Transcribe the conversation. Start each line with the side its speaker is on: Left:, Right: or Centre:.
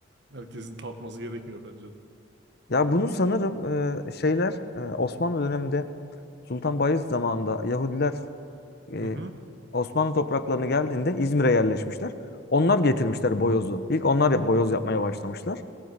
Right: Herkesin tatması gerekmiyor bence de.
Left: Ya bunu sanırım e, şeyler e, Osmanlı döneminde Sultan Bayezid zamanında Yahudiler e,
Right: Hı hı,
Left: Osmanlı topraklarına geldiğinde İzmir'e yerleşmişler. Onlar getirmişler
Right: hı hı,
Left: boyozu. İlk onlar ya boyoz yapmaya başlamışlar.